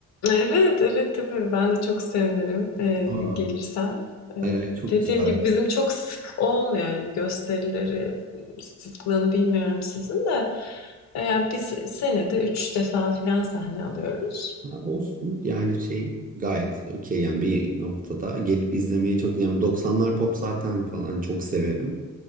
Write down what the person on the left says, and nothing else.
Evet, evet tabii. Ben de çok sevinirim, eee,
gelirsen. Eee,
dediğim
gibi bizim çok sık olmuyor yani gösterileri sıklığını bilmiyorum sizin de. Eee, yani biz senede üç defa filan sahne alıyoruz.